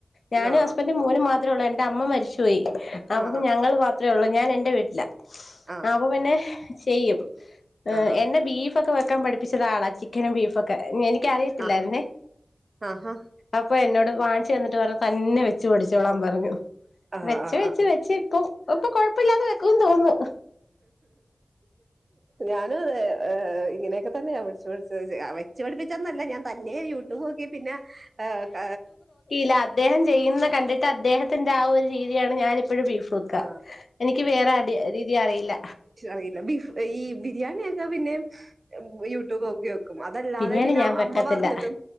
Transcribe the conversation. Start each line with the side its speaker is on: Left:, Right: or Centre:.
Left: ഞാനും,
Right: ആ
Left: ഹസ്‌ബെൻറ്റും, മോനും മാത് മാത്രേള്ളൂ എന്റെ അമ്മ മരിച്ചു പോയി. അപ്പം
Right: ആ
Left: ഞങ്ങൾ മാത്രമേ ഉള്ളൂ. ഞാൻ എന്റെ വീട്ടില.
Right: ആ ആ
Left: അപ്പം പിന്നെ ചെയ്യും.
Right: ആ ആ
Left: എന്നെ ബീഫ് ഫക്കെ വെക്കാൻ പഠിപ്പിച്ചത ആളാ. ചിക്കനും ബീഫൊ ക്കെ, എനിക് അറിയത്തില്ലായിരു
Right: ആ
Left: ന്നേ?
Right: ആഹാ.
Left: അപ്പൊ എന്നോട് വാങ്ങിച്ചു തന്നിട്ട് പറഞ്ഞു. തന്നെ വെച്ച് പഠിച്ചോളാൻ പറഞ്ഞു. പറഞ്ഞു
Right: ആ
Left: വെച്ച്,
Right: ആ
Left: വെച്ച്,
Right: ആ
Left: വെച്ച് ഇപ്പ ഇപ്പൊ കൊഴപ്പ ല്ലാതെ വെക്ക ന്ന് തോന്നു ന്നു.
Right: ഞാനു തെ, ഹ് ഇങ്ങനൊക്കെ തന്ന ഞാനും വെച്ച് പഠിച്ചു. വെച്ചു പഠിപ്പിച്ചോന്നു ല്ല. ഞാൻ തന്നെ യുട്യൂബ് നോക്കി പിന്നെ ഹ്, ക
Left: ല്ല അദ്ദേഹം ചെയ്യുന്ന കണ്ടിട്ട്, അദ്ദേഹത്തിന്റെറെ ആഹ്, ഒരു രീതിയാണ് ഞാനിപ്പോഴും ബീഫ് റോക്ക
Right: ആ,
Left: എനിക്ക് വേറെ അടി രീതി അറിയില്ല.
Right: റിയില്ല. ബീഫ്, ഈ ബിരിയാണി യൊക്കെ പിന്നേയ് യൂട്യൂബ് ഒക്കെ വെക്കും അതല്ലാതെ
Left: ബിരിയാണി
Right: പിന്നെ
Left: ഞാൻ വെക്കത്തില്ല
Right: അമ്മ പറഞ്ഞതും.